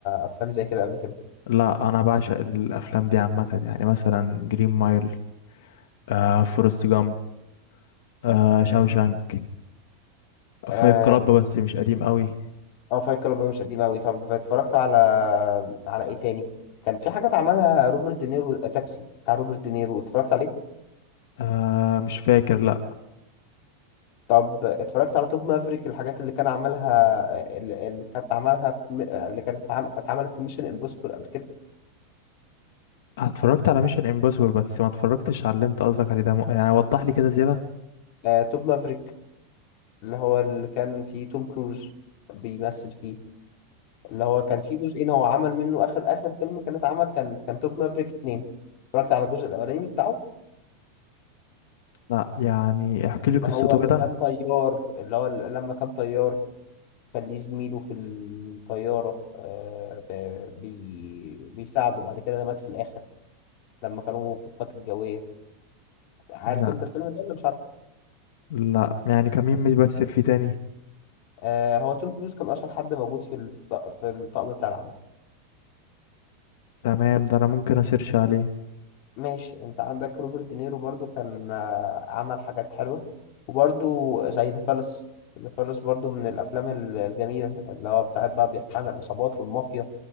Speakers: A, on the left (about 40°); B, on the left (about 70°).
A: افلام زي كده قبل كده
B: لا أنا بعشق الأفلام دي عامة يعني مثلا جرين مايل آه فورست جامب آه شاوشانك
A: اه
B: فايت كلاب بس مش قديم قوي
A: اه فايت كلاب مش قديم قوي طب اتفرجت على على ايه تاني كان في حاجات عملها روبرت دينيرو آه، تاكسي بتاع روبرت دينيرو اتفرجت عليه
B: آه مش فاكر لا
A: طب اتفرجت على توب مافريك الحاجات اللي كان عملها آه، اللي اللي كانت عملها في... اللي كانت اتعم- اتعملت في ميشن امبوسيبل قبل كده
B: اتفرجت على ميشن امبوسيبل بس ما اتفرجتش على اللي انت قصدك عليه ده م... يعني وضح لي كده زيادة
A: آه، توب مافريك اللي هو اللي كان فيه توم كروز بيمثل فيه اللي هو كان فيه جزئين هو عمل منه آخر آخر فيلم كان اتعمل كان كان توب مافريك اتنين اتفرجت على الجزء الأولاني بتاعه
B: لا يعني احكي لي
A: اللي
B: قصته
A: هو اللي
B: كده
A: كان طيار اللي هو ال- لما كان طيار كان ليه زميله في الطيارة آه، ف- بي بيساعده بعد كده ده مات في الآخر لما كانوا في القوات الجوية عارف
B: لا
A: أنت الفيلم ده ولا مش عارف؟
B: لا يعني كان مين بيمثل فيه تاني
A: آه، هو توم كروز كان أشهر حد موجود في الط- في الطاقم بتاع العمل
B: تمام ده انا ممكن اسيرش عليه
A: ماشي انت عندك روبرت دينيرو برضو كان آه، عمل حاجات حلوة وبرضو زي ذا فالس ذا فالس برضو من الأفلام ال- الجميلة اللي هو بتاعت بقى بيحكي عن العصابات والمافيا